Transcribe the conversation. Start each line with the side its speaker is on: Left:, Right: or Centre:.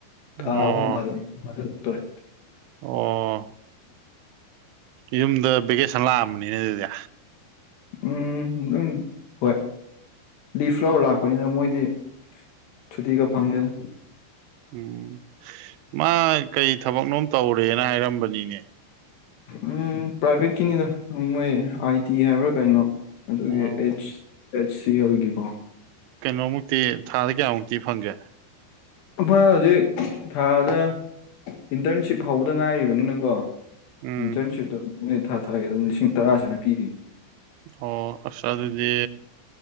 Right: ꯑꯣ
Left: ꯊꯥ ꯑꯍꯨꯝ ꯐꯥ ꯐꯥꯜꯂꯛꯇꯣꯔꯦ
Right: ꯑꯣ ꯌꯨꯝꯗ ꯚꯦꯀꯦꯁꯟ ꯂꯥꯛꯑꯝꯕꯅꯤꯅ ꯑꯗꯨꯗꯤ
Left: ꯎꯝ ꯑꯗꯨꯝ ꯍꯣꯏ ꯂꯤ ꯐ꯭ꯂꯋꯔ ꯂꯥꯛꯄꯅꯤꯅ ꯃꯣꯏꯗꯤ ꯆꯨꯇꯤꯒ ꯐꯪꯗꯦꯗ
Right: ꯎꯝ ꯃꯥ ꯀꯔꯤ ꯊꯕꯛꯅꯣꯝ ꯇꯧꯔꯦꯅ ꯍꯥꯏꯔꯝꯕꯅꯤꯅꯦ
Left: ꯎꯝ ꯄ꯭ꯔꯥꯏꯚꯦꯠꯀꯤꯅꯤꯗ ꯃꯣꯏ ꯑꯥꯏ ꯇꯤ ꯍꯥꯏꯕ꯭ꯔꯥ ꯀꯩꯅꯣ ꯑꯗꯨꯒꯤ
Right: ꯑꯣ
Left: ꯑꯩꯆ ꯑꯩꯆ ꯁꯤ ꯑꯦꯜꯒꯤꯀꯣ
Right: ꯀꯩꯅꯣꯃꯨꯛꯇꯤ ꯊꯥꯗ ꯀꯌꯥꯃꯨꯛꯇꯤ ꯐꯪꯒꯦ
Left: ꯑ ꯍꯧꯖꯤꯛ ꯊꯥꯗ ꯏꯟꯇꯔꯟꯁꯤꯞ ꯐꯥꯎꯧꯕꯗ ꯉꯥꯏꯔꯤꯕꯅꯤꯅꯀꯣ
Right: ꯎꯝ
Left: ꯏꯟꯇꯔꯟꯁꯤꯞꯇꯣ ꯃ ꯊꯥ ꯊꯥꯒꯤ ꯑꯗꯨꯝ ꯂꯤꯁꯤꯡ ꯇꯔꯥꯁꯨꯅ ꯄꯤꯔꯤ
Right: ꯑꯣ ꯑꯁ ꯑꯗꯨꯗꯤ